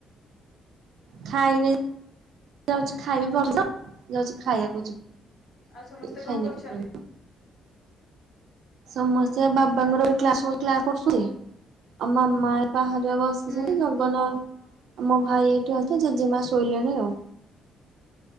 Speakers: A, on the right; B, on the left.
A: ଖାଇନି ଯାଉଛି ଖାଇବି <inaudible> ଯାଉଛି ଖାଇବାକୁ ଯିବି।
B: ଆଉ ସମସ୍ତେ
A: ଖାଇନି
B: କଣ କରୁଛନ୍ତି?
A: ଏପର୍ଯ୍ୟନ୍ତ। ସମସ୍ତେ ବାବାଙ୍କର ଏବେ କ୍ଲାସ ହୋଉଥିଲା କରୁସୁନ୍ତି ଆଉ ମାମା ଏଇ ବାହାରେ ବ ସିଛନ୍ତି
B: ହୁଁ
A: ଗଗନ ଆଉ ମୋ ଭାଇ ଏଇଠି ଅଛି ଜେଜେମା ଶୋଇଲେଣି ଆଉ।